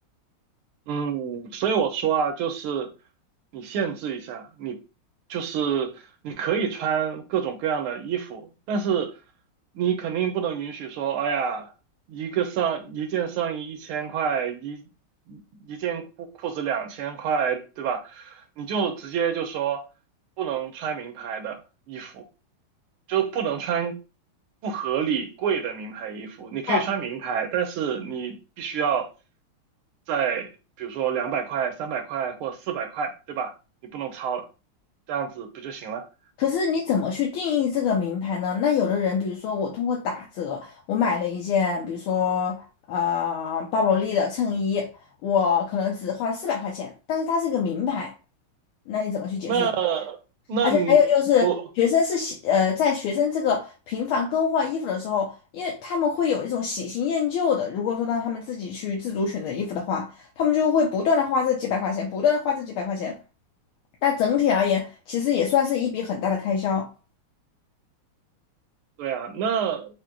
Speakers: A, on the right (about 80°); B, on the left (about 80°).
A: 嗯，所以我说啊，就是你限制一下，你就是你可以穿各种各样的衣服，但是你肯定不能允许说，哎呀，一个上一件上衣一千块，一一件裤裤子两千块，对吧？你就直接就说不能穿名牌的衣服，就不能穿不合理贵的名牌衣服。你可以穿名牌，
B: 哦，
A: 但是你必须要在比如说两百块、三百块或四百块，对吧？你不能超了，这样子不就行了？
B: 可是你怎么去定义这个名牌呢？那有的人，比如说我通过打折，我买了一件，比如说呃巴宝莉的衬衣，我可能只花了四百块钱，但是它是一个名牌，那你怎么去解释？
A: 那那你不？
B: 而且还有就是，学生是喜呃，在学生这个频繁更换衣服的时候，因为他们会有一种喜新厌旧的。如果说让他们自己去自主选择衣服的话，他们就会不断的花这几百块钱，不断的花这几百块钱。但整体而言，其实也算是一笔很大的开销。
A: 对啊，那